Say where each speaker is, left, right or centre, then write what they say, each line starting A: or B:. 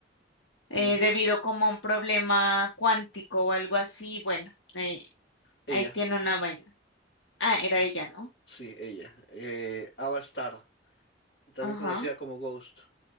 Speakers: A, on the left; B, on the left.
A: eh,
B: Ujú,
A: debido como a un problema cuántico o algo así. Bueno, ahí,
B: Ella,
A: ahí tiene una vaina. Ah, era ella, ¿no?
B: sí, ella. Eh, Ava Starr, también
A: Ajá,
B: conocida como Ghost.